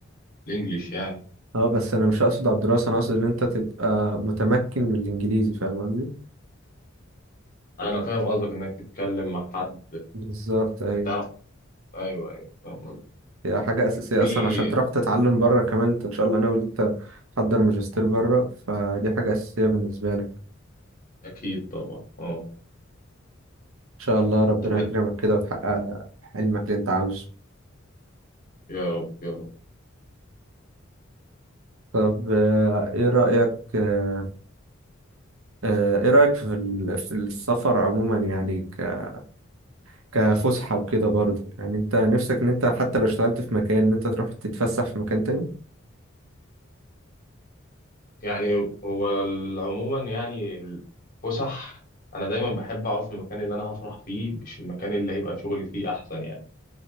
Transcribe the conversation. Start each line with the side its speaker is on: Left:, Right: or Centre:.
Left: بالانجليش يعني
Right: اه بس أنا مش أقصد على الدراسة أنا أقصد إن أنت تبقى متمكن من الإنجليزي فاهم قصدي؟
Left: انا فاهم قصدك انك تتكلم مع حد
Right: بالظبط أيوة
Left: تعرف ايوه ايوه فاهم قصدي.
Right: هي حاجة أساسية
Left: في
Right: أصلا عشان تروح تتعلم بره كمان أنت إن شاء الله ناوي إن أنت تحضر ماجستير بره فدي حاجة أساسية بالنسبة لك
Left: اكيد طبعا اه
Right: شاء الله ربنا
Left: طب وإنت-
Right: يكرمك كده وتحقق حلمك اللي انت عاوزه
Left: يا رب يا رب
Right: طب آه، ايه رأيك آه، آه، ايه رأيك في ال- في السفر عموما يعني ك- كفسحة وكده برضه يعني انت نفسك ان انت حتى لو اشتغلت في مكان ان انت تروح تتفسح في مكان تاني
Left: يعني هو ال- عموما يعني الفسح انا دايما بحب اقعد في المكان اللي انا هفرح فيه مش المكان اللي هيبقى شغلي فيه احسن يعني